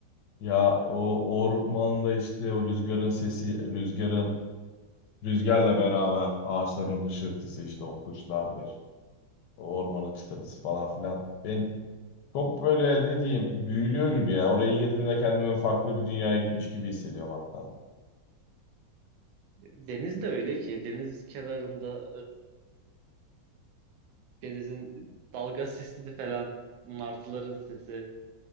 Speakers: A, on the left; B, on the right.
A: Ya o ormanda işte o rüzgarın sesi, rüzgarın rüzgarla beraber ağaçların hışırtısı işte o kuşlardır. O ormanın çıtırtısı falan filan. Beni Çok böyle ne diyeyim büyülüyor gibi ya. Oraya girdiğimde kendimi farklı bir dünyaya gitmiş gibi hissediyorum hatta.
B: Deniz de öyle ki deniz kenarında e, denizin dalga sesi de falan martıların sesi.